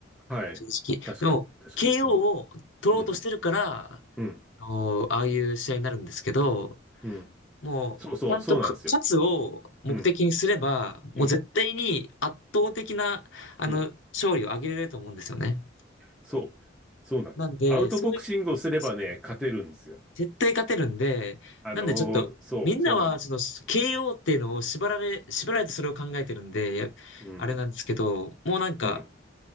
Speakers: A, in the centre; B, on the left.
A: はい。
B: 正直。
A: 確かに。
B: でも、
A: 確かに。
B: KO
A: うん。
B: を取ろうとしてるから、
A: うん。うん。
B: あのああいう試合になるんですけど、
A: うん。
B: もう、
A: そうそう。
B: ちゃんとか勝つを目的にすれば、
A: そうなんですよ。うん。
B: もう絶対に圧倒的な、
A: うん。
B: あの、
A: うん。
B: 勝利を挙げれると思うんですよね。
A: そう。そうなんですよ。
B: なんで、
A: アウトボクシングをすればね、
B: そういう、そう
A: 勝てるんですよ。
B: 絶対勝てるんで、
A: あのーそう、
B: なんでちょっと、みんなは、
A: そうなんです。
B: その、KO っていうのを縛られ、縛られてそれを考えてるんで、やあれなんですけど、
A: うん、
B: もうなんか、
A: うん、